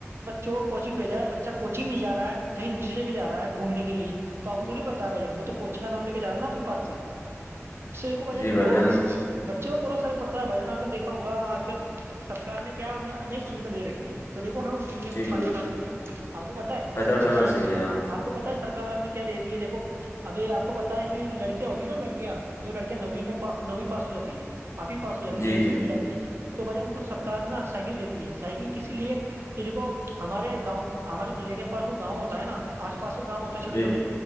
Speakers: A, on the right; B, on the left.
A: جو وہ کوچنگ بھیجا ہے بچہ کوچنگ نہیں جا رہا ہے کہیں دوسری جگہ جا رہا ہے گھومنے کے لیے تو آپ کو تھوڑ پتا ہے بھائین میں تو کوچن کا نام ل کے جا نا اپنے پس سے
B: <inaudible>
A: اسقو بھ جان
B: جی بھائی
A: بہت بچوں میں پورا اثر پڑتا ہے بھ جان آپ نے دیکھا ہوگا آج کل سرکار نے کیا ہمیں ا سیدھا دے رک ہے تویکو ہمیں اس انزے
B: جی
A: کو
B: جی
A: فائدہ
B: جی
A: اٹھانا چاہیے آپ کو پتاہ ہے
B: فائدہ اٹھانا
A: کہ
B: چاہیے ہاں
A: آپ کو پتا ہے سرکار ہمیں کیا دے رہی ہے دیکھو ابھی آپ کو پتا ہے کہ لڑکیاں ہوتی ہے نا لڑکیاں جو لڑکیا نوو میںا نویں پاس ہو جاتی ہے آٹویں پا ہو جاتی
B: جی
A: ہے نویں
B: جی
A: میں چل جات ہے تو بھائیان ان کو سرار نا سائیکل دی ہے سائیکل کسی لیے کہ دیکو ہمارے گاؤں ہمارے ضلع کے پاس وہ گاؤں ہوتا ہے نا آج کل اس گؤ ہوتا
B: جی
A: ہے چوٹے چوٹے